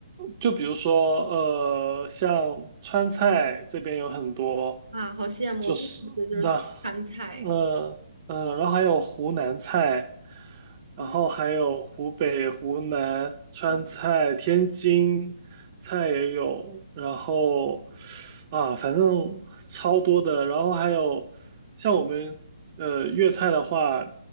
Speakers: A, on the right (about 35°); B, on the right (about 75°).
A: 就比如说，呃，像川菜这边有很多，
B: 啊，好羡慕！
A: 就是那，
B: 我最想吃的就是川菜。
A: 嗯嗯，然后还有湖南菜，然后还有湖北、
B: 嗯，
A: 湖南、川菜、
B: 我
A: 天津菜也有，然后啊，反正超多的，然后还有像我们呃粤菜的话，